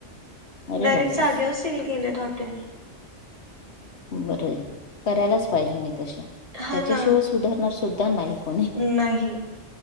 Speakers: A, on the left (about 60°); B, on the right (about 30°).
A: अरे
B: डायरेक्ट
A: बापरे
B: जाग्या वर सील केलेत हॉटेल.
A: बर करायलाच पाहिजे नाही, तश
B: हा
A: त्याच्याशिवाय
B: ना
A: सुधारणार सुद्धा नाही. कोणी
B: नाही